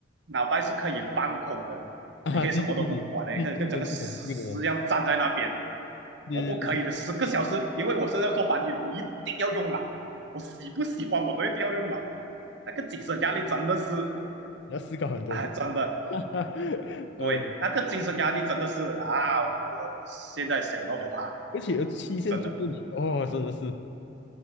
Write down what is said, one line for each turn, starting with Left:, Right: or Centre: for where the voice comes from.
Right: 脑袋是可以放空的，
Left: <laughs> 啊，
Right: 你可以什么都不管的，
Left: 对对对对，对这个这个懂这个懂，
Right: 你可以跟整个死尸一样站在那边。
Left: 对对对，
Right: 我不可以的，十个小时，因为我是要做翻译，我一定要用脑，我喜不喜欢我都一定要用脑。那个精神压力真的是，
Left: <laughs> 你要思考很多，
Right: 啊，
Left: 对不对？
Right: 真的，
Left: <laughs> 哈
Right: 对，
Left: 呃，
Right: 那个精神压力真的是啊，我现在想到都怕，
Left: 而且有期限追着你，
Right: 真的。
Left: 哦，真的是